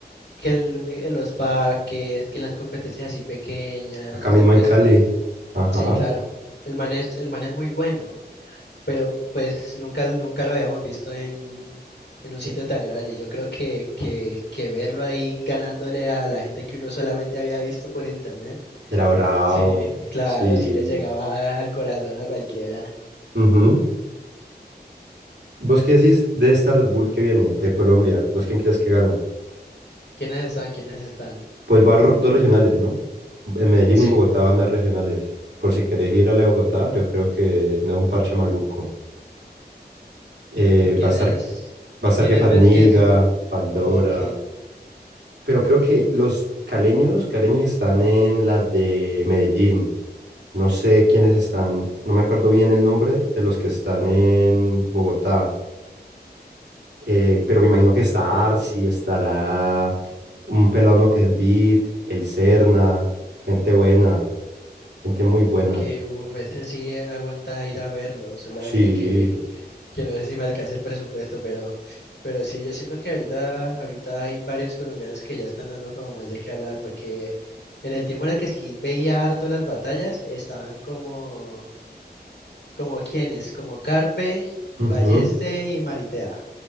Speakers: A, on the left; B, on the right.
A: que en, en los parques, que en las competencias así pequeñas,
B: Acá mismo
A: y pues
B: en Cali. Ajá.
A: sí, claro, el man es, el man es muy bueno. pero pues nunca, nunca lo habíamos visto en, en un sitio
B: E-
A: tan grande. y Yo creo que, que, que verlo ahí ganándole a la gente que uno solamente había visto por internet,
B: Era bravo.
A: sí, claro,
B: Sí.
A: sí le llegaba al corazón a cualquiera.
B: Ujú. ¿Vos qué decís de esta Red Bull que viene de Colombia? ¿Vos quién crees que gana?
A: ¿Quiénes están? ¿Quiénes están?
B: Pues va a ro- dos regionales, ¿no? En Medellín
A: Sí.
B: y en Bogotá van a regionales. Por si querés ir a la de Bogotá, yo creo que no es un parche maluco. Eh,
A: ¿Y quiénes,
B: va a estar, va a estar
A: quiénes
B: Fadniga,
A: ves que son?
B: Pandora.
A: Ok.
B: pero creo que los caleños, caleños están en la de Medellín. No sé quiénes están, no me acuerdo bien el nombre de los que están en Bogotá, eh, pero me imagino que está Arsi, estará un pelado que es Beat, el Serna, gente buena, gente muy
A: Ok,
B: buena.
A: uff, ese sí aguanta ir a verlo, solamente
B: Sí,
A: que, que no sé si me alcanza el presupuesto, pero, pero sí, yo siento que ahorita, ahorita hay varios colombianos que ya están dando como más de qué hablar, porque en el tiempo en el que sí veía harto las batallas, estaban como, como quiénes, como Carpe,
B: ujú,
A: Balleste y Maritea,